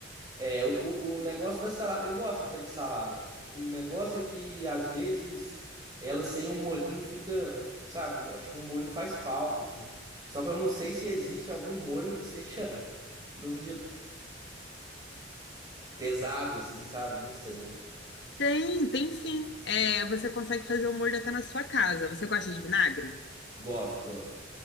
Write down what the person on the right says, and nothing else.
É, o, o o negócio da salada, eu gosto até de salada. O negócio é que às vezes ela sem um molhinho fica, sabe, um, acho que um molho faz falta assim. Só que eu não sei se existe algum molho que seja <laughs> que não seja pesado assim, sabe? Eu Não sei.
Gosto, gosto.